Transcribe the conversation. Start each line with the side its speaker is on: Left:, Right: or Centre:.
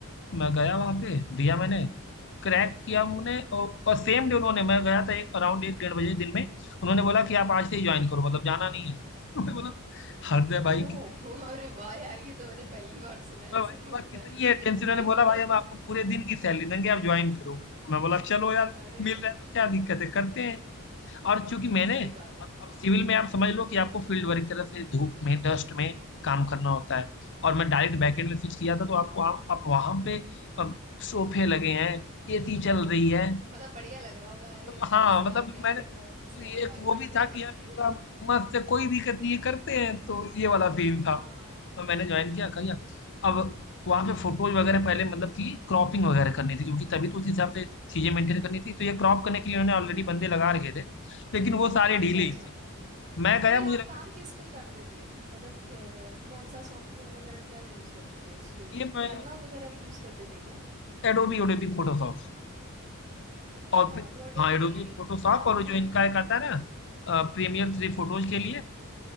Left: मैं गया वहां पे दिया मैंने क्रैक किया उन्होंने और, और सेम डे उन्होंने मैं गया था एक अराउंड एक डेढ़ बजे दिन में उन्होंने बोला कि आप आज से ही ज्वाइन करो मतलब जाना नहीं है <laughs> मैं बोला हरदय
Right: ओह
Left: भाई कितनी
Right: <laughs> अरे वाह यार ये तो मैंने पहली बार सुना है
Left: मैं
Right: ऐसे
Left: भाई
Right: भी
Left: बोला
Right: होता
Left: कितनी
Right: है
Left: अर्जेंसी
Right: <laughs>
Left: उन्होंने
Right: इंटरव्यू
Left: बोला भाई हम आपको पूरे दिन की सैलरी देंगे आप ज्वाइन करो मैं बोला चलो यार
Right: अरे
Left: मिल रहा है तो क्या दिक्कत है करते हैं और चूंकि मैंने
Right: सही बात है
Left: अब, अब सिविल में आप समझ लो कि आपको फील्ड वर्क तरह से धूप में डस्ट में काम करना होता है और मैं डायरेक्ट बैकएंड में स्विच किया था तो आपको आप, आप वहां पे अब सोफे लगे हैं एसी चल रही है
Right: मतलब बढ़िया लग रहा होगा अरे
Left: तो
Right: नाइस
Left: हाँ
Right: यार
Left: मतलब
Right: क्या
Left: मैंने
Right: बढ़िया ऑफिस
Left: तो
Right: का
Left: ये
Right: एनवायरनमेंट
Left: एक वो भी
Right: है
Left: था कि यार पूरा मस्त है कोई दिक्कत नहीं है करते हैं तो
Right: <laughs>
Left: ये वाला सीन
Right: हाँ
Left: था और मैंने ज्वाइन किया कर लिया अब वहाँ पे फोटोज वगैरह पहले मतलब कि क्रॉपिंग वगैरह करनी थी क्योंकि तभी तो उस हिसाब से चीज़ें मेंटेन करनी थी तो ये क्रॉप करने के लिए उन्होंने ऑलरेडी बंदे लगा रखे थे लेकिन वो सारे
Right: अच्छा
Left: ढीले
Right: अच्छा
Left: ही थे मैं गया
Right: तो ये
Left: मुझे
Right: आप
Left: लगता
Right: काम किस पे करते थे मतलब क- कौन सा सॉफ्टवेयर वगैरह क्या यूज़ करते थे इसके लिए
Left: है ये मैं
Right: कैनवा वगैरह यूज़ करते थे क्या
Left: एडोबी एडोबी फोटोशॉप
Right: अच्छा
Left: और फिर-
Right: तो अडोबी
Left: हाँ एडोबी फोटोशॉप
Right: ये आपने
Left: और जो इनका एक आता है ना प्रीमियर थ्री फोटोज के लिए